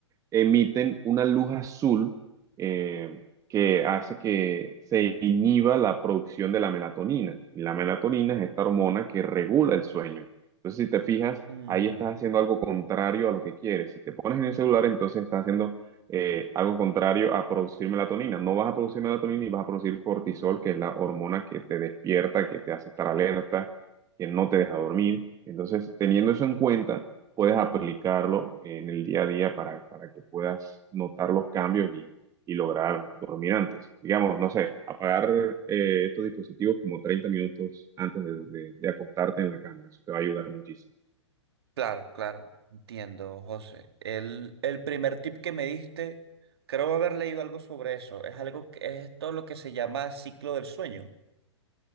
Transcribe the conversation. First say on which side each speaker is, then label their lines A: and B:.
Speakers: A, on the right; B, on the right.
A: emiten una luz azul eh, que hace que se inhiba la producción de la melatonina. Y la melatonina es esta hormona que regula el sueño. Entonces, si te fijas,
B: Mm,
A: ahí estás haciendo algo contrario a lo que quieres. Si te pones en el celular, entonces estás haciendo eh, algo contrario a producir melatonina. No vas a producir melatonina y vas a producir cortisol, que es la hormona que te despierta, que te hace estar alerta, que no te deja dormir. Entonces, teniendo eso en cuenta, puedes aplicarlo en el día a día para, para que puedas notar los cambios y, y lograr dormir antes. Digamos, no sé, apagar eh, estos dispositivos como 30 minutos antes de, de- de acostarte en la cama. Eso te va a ayudar muchísimo.
B: Claro, claro, entiendo, José. El, el primer tip que me diste, creo haber leído algo sobre eso. Es algo que es todo lo que se llama ciclo del sueño.